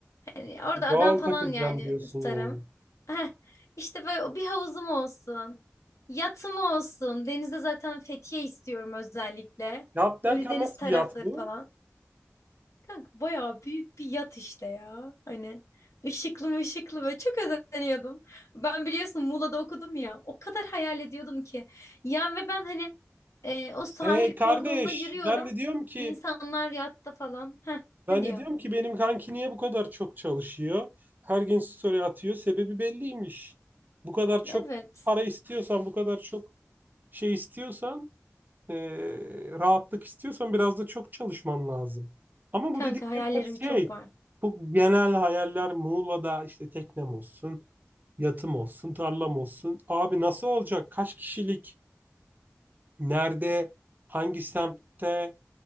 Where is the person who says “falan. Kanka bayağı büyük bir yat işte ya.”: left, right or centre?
Left